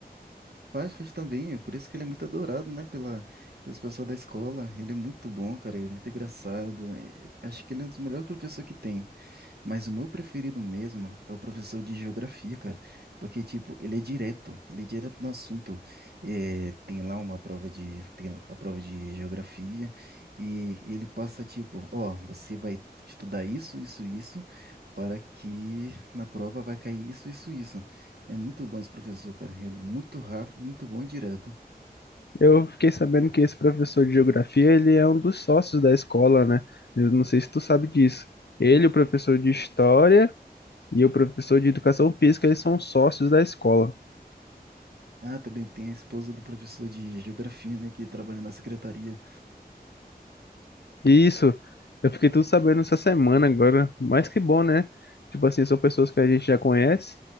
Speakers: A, on the right; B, on the left.
A: Faz, faz também, é por isso que ele é muito adorado, né? Pela, pelas pessoas da escola. Ele é muito bom, cara. Ele é muito engraçado. é- Acho que ele é um dos melhores professores que tem. Mas o meu preferido mesmo é o professor de geografia, cara. Porque, tipo, ele é direto, ele é direto no assunto. É, tem lá uma prova de, tem lá a prova de geografia e, ele passa, tipo, ó, você vai estudar isso, isso, isso, para que na prova vai cair isso, isso, isso. É muito bom esse professor, cara. É muito rápido, muito bom e direto.
B: Eu fiquei sabendo que esse professor de geografia, ele é um dos sócios da escola, né? Eu não sei se tu sabe disso. Ele, o professor de história e o professor de educação física, eles são sócios da escola.
A: Ah, também tem a esposa do professor de geografia, né, que trabalha na secretaria.
B: Isso, eu fiquei tudo sabendo essa semana agora, mas que bom, né? Tipo assim, são pessoas que a gente já conhece